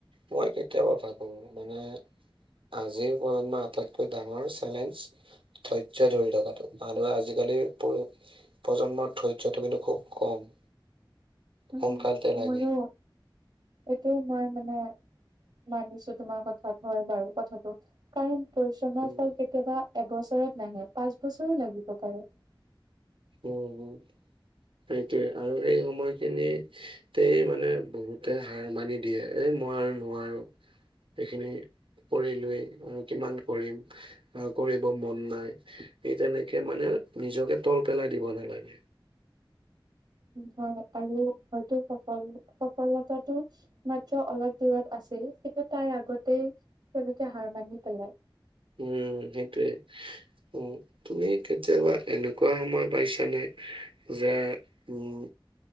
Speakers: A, on the right; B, on the right.
A: মই, কেতিয়াবা ভাবোঁ মানে আজিৰ প্ৰজন্মৰ, আটাইতকৈ ডাঙৰ চেলেঞ্জ ধৈৰ্য্য ধৰি থকাটো, মানুহে আজিকালি <unintelligible> প্ৰজন্মৰ ধৈৰ্যটো কিন্তু, খুব কম। সোনকালতে
B: উম!
A: লাগে।
B: মোৰো। এইটো, মই মানে, মানিছো তোমাৰ কথাত, হয় বাৰু কথাটো। কাৰণ, পৰিশ্ৰমৰ
A: উম
B: ফল কেতিয়াবা, এবছৰত নাহে, পাঁচ বছৰো লাগিব পাৰে।
A: উম, উম! সেইটোৱে! আৰু এই সময়খিনিতেই মানে, বহুতে হাৰ মানি দিয়ে। এ, মই আৰু নোৱাৰোঁ। এইখিনি কৰি লৈ, আৰু কিমান কৰিম। অ'! কৰিব মন নাই। সেই, তেনেকে মানে, নিজকে তল পেলাই দিব নালাগে।
B: হয়! আৰু হয়তো, সফল সফলতাটো মাত্ৰ, অলপ দূৰত আছে। কিন্তু, তাৰ আগতেই তেওঁলোকে, হাৰ মানি পেলাই।
A: উম! সেইটোৱে। অ'! তুমি কেতিয়াবা, এনেকুৱা সময় পাইছানে? যে, উম!